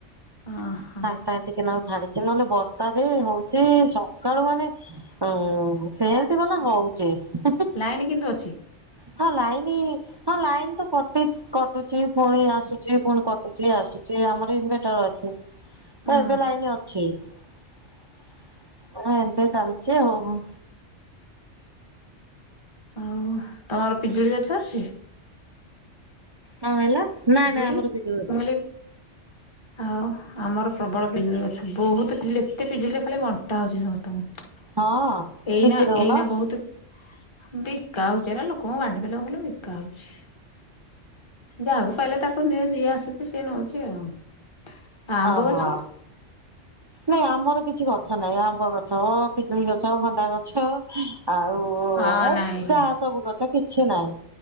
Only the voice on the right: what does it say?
ସାଙ୍ଗେ ସାଙ୍ଗେ ଟିକେ ନାଗୁରୁ ଛାଡିଛି ନହେଲେ ବର୍ଷା ଯେ ହଉଛି ସକାଳୁ ମାନେ। ହୁଁ ସେମିତି ଗଲା ହଉଚି ହୁଁ ହୁଁ।
ହଁ ଲାଇନ୍ ହଁ ଲାଇନ୍ ତ କଟିଚି କଟୁଚି ପୁଣି ଆସୁଚି ପୁଣି କଟୁଚି ଆସୁଚି ଆମର ଇନ୍ ଭେଟର ଅଛି।
ଏବେ ଲାଇନ୍ ଅଛି ଏମିତି ଚାଲିଚି ଆଉ।
କଣ କହିଲ? ନାଇଁ
ନାଇଁ ଆମର
ବିଜୁଳି
ହଁ
ବିକି ଦଉନ
ଓଃହଁ।
ନାଇଁ ଆମର କିଛି ଗଛ ନାଇଁ ଆମ୍ବ ଗଛ, ପିଜୁଳି ଗଛ, ଭଣ୍ଡା ଗଛ। ଆଉ
ଏ
ତା ସବୁ ଗଛ କିଛି ନାହିଁ।